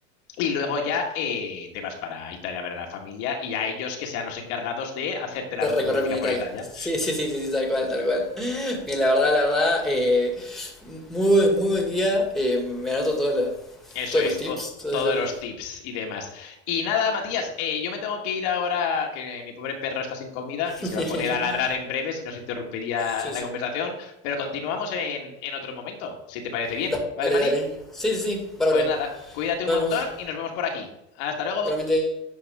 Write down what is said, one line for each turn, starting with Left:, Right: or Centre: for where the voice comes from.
Left: y luego ya eh, te vas para Italia a ver a la familia y a ellos que sean los encargados de hacerte
Centre: De
Left: la ruta
Centre: recorrerme
Left: turística
Centre: en
Left: por
Centre: Italia.
Left: Italia.
Centre: Sí, sí, sí, sí, sí, tal cual, tal cual. Bien, la verdad, la verdad, eh, muy, buen- muy buen guía. eh, me anoto todos los,
Left: Eso
Centre: todos
Left: es,
Centre: los tips,
Left: to-
Centre: todos
Left: todos
Centre: los,
Left: los tips y demás. Y nada, Matías, eh, yo me tengo que ir ahora, que mi pobre perro está sin comida
Centre: <laughs>
Left: y se va a poner a ladrar en breve si nos interrumpiría
Centre: Sí,
Left: la
Centre: sí.
Left: conversación, pero continuamos en, en otro momento, si te parece bien,
Centre: Dale,
Left: ¿vale, Mati?
Centre: dale. Sí, sí, sí, bárbaro.
Left: Pues nada, cuídate
Centre: Nos
Left: un montón
Centre: vemos.
Left: y nos vemos por aquí. Hasta luego.
Centre: Realmente,